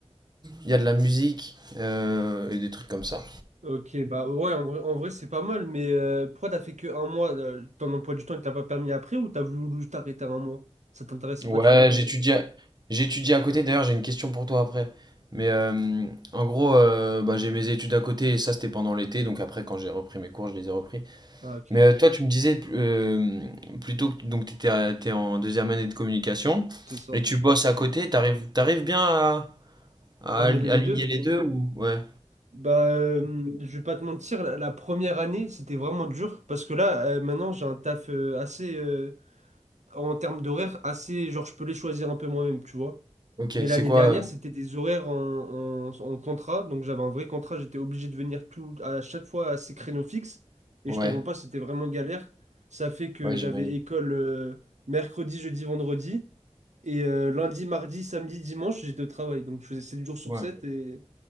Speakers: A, on the right; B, on the right.
A: Il y a de la musique euh, et des trucs comme ça.
B: Ok, bah ouais, en vrai, en vrai, c'est pas mal, mais euh, pourquoi t'as fait que un mois, euh, ton emploi du temps, il t'a pas permis après ou t'as voulu juste arrêter un mois? Ça t'intéressait
A: Ouais,
B: pas de faire plus?
A: j'étudie à... j'étudie à côté. D'ailleurs, j'ai une question pour toi après. Mais euh, en gros, euh, bah, j'ai mes études à côté et ça, c'était pendant l'été. Donc après, quand j'ai repris mes cours, je les ai repris.
B: Ah ok,
A: Mais euh, toi, tu me disais euh, plutôt que donc t'étais à- t'es en deuxième année de communication
B: c'est ça.
A: et tu bosses à côté. T'arrives t'arrives bien à, à
B: ah
A: al-
B: mêler les
A: aligner
B: deux?
A: les deux ou ouais.
B: Bah, euh, je vais pas te mentir, la, la première année, c'était vraiment dur, parce que là, euh, maintenant, j'ai un taf euh, assez, euh, en termes d'horaire, assez, genre, je peux les choisir un peu moi-même, tu vois.
A: Ok,
B: Mais
A: c'est
B: l'année
A: quoi
B: dernière,
A: euh,
B: c'était des horaires en, en- en contrat. Donc j'avais un vrai contrat, j'étais obligé de venir tout, à chaque fois à ces créneaux fixes. Et
A: Ouais,
B: je te mens pas, c'était vraiment galère. Ça fait que
A: ouais,
B: j'avais
A: j'imagine.
B: école euh, mercredi, jeudi, vendredi. Et euh, lundi, mardi, samedi, dimanche, j'étais au travail. Donc je faisais 7 jours sur
A: Ouais.
B: sept Et